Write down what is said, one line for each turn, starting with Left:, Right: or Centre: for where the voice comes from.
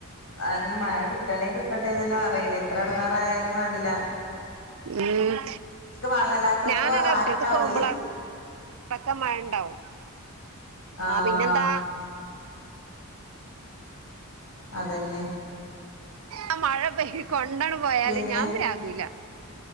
Left: അതാണ് മഴ കിട്ടണെ കിട്ടട്ടെന്ന് തന്നെ പറയല് എത്ര എടങ്ങേറായാലുംവേണ്ടില്ല
Right: ഉം
Left: വെള്ളല്ലാത്തുമ്പോ
Right: ഞാനതെടുത്തിട്ട്
Left: ആരും ഉണ്ടാവൂലേ
Right: പോവുമ്പോളാണ് ഇപ്പക്കെ മഴ ഉണ്ടാവും
Left: ആഹ്
Right: ആ പിന്നെന്താ
Left: അതന്നെ
Right: ആ മഴ പെയ്ത് കൊണ്ടാണ് പോയാലും
Left: പിന്നെ
Right: ഞാൻപ്രാകൂല്ല